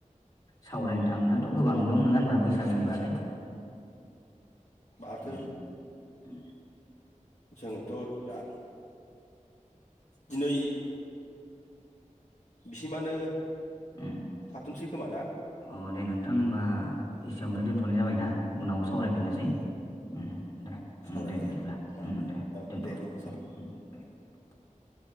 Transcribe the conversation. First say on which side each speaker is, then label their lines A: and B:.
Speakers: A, on the left; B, on the left.
A: सावरायनो थाङोब्लाथ' गोबां दं नङा होनबा बैसागोनि बागै
B: आथो
A: उम उम।
B: जोङोथ' दा दिनै बिसिमानो
A: उम
B: थाथुमसै खोमा ना
A: अ दे नोंथां होनबा एसेयावनो दोनथ'नाय जाबाय ना उनाव सावरायफिननोसै
B: औ
A: उम दे उम
B: सावरायनाया
A: दे बिदिब्ला
B: औ
A: उम दे
B: औ
A: दोनथ'बायबाय
B: दे होमबा
A: उम-उम-उम।
B: सार
A: <unintelligible>